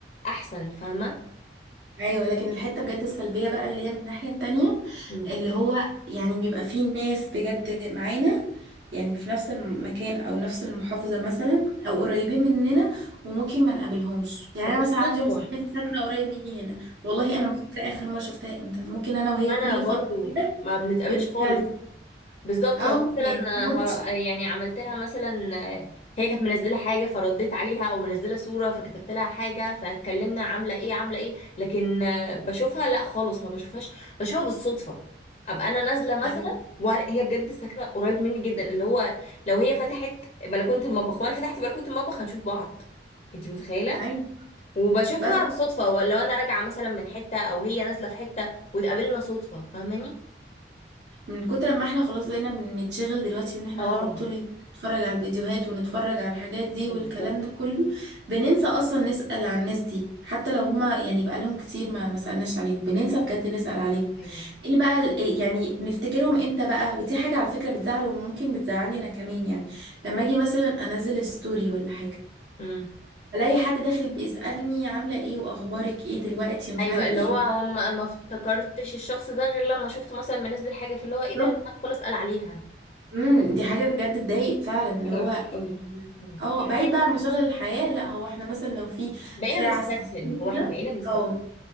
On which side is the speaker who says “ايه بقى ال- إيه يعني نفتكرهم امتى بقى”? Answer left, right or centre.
Right